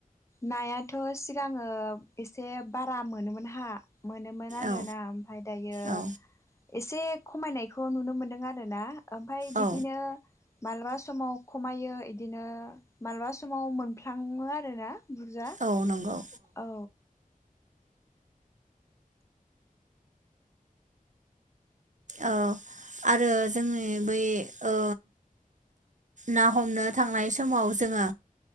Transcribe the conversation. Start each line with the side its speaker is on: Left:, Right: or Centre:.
Left: नायाथ' सिगाङो एसे बारा मोनोमोन हा मोनोमोन आरो
Right: औ
Left: ना ओमफ्राय दायो
Right: औ
Left: एसे खमायनायखौ नुनो मोनदों आरो ना ओमफ्राय बिदिनो
Right: औ
Left: मालाबा समाव खमायो इदिनो मालाबा समाव मोनफ्लाङो आरो ना बुरजा
Right: औ नंगौ
Left: औ
Right: औ। आरो जोनि बै ओ ना हमनो थांनाय समाव जोङो